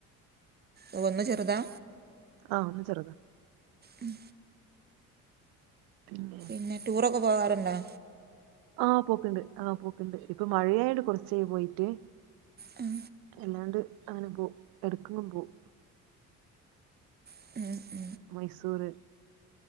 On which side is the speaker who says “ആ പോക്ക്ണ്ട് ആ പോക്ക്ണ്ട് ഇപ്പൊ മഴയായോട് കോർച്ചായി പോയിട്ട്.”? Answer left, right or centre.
Right